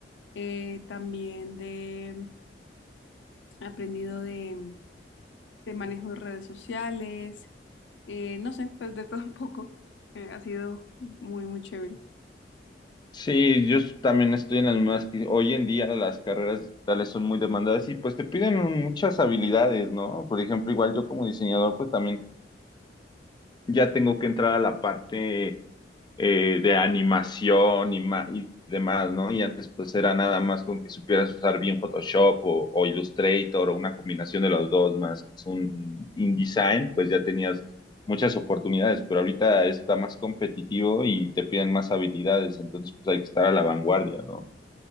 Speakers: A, on the left; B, on the left.
A: eh, también de, he aprendido de, de manejo de redes sociales, eh, no sé, pues de todo un poco. Eh, ha sido muy, muy chévere.
B: Sí, yo s- también estoy en las mismas que hoy en día las carreras digitales son muy demandadas y pues te piden muchas habilidades, ¿no? Por ejemplo, igual yo como diseñador pues también ya tengo que entrar a la parte eh, de animación y, ma- y demás, ¿no? Y antes pues era nada más con que supieras usar bien Photoshop o, o Illustrator o una combinación de los dos más un InDesign, pues ya tenías muchas oportunidades, pero ahorita está más competitivo y te piden más habilidades, entonces pues hay que estar a la vanguardia, ¿no?